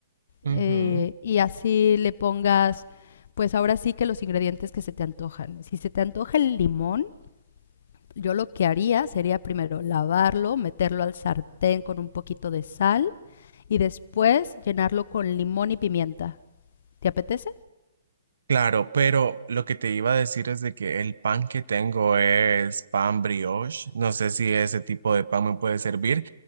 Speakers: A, on the right; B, on the left.
A: Ujú.
B: eh, y así le pongas, pues ahora sí que los ingredientes que se te antojan. Si se te antoja el limón, yo lo que haría sería primero lavarlo, meterlo al sartén con un poquito de sal y después llenarlo con limón y pimienta. ¿Te apetece?
A: Claro, pero lo que te iba a decir es de que el pan que tengo es pan brioche. No sé si ese tipo de pan me puede servir.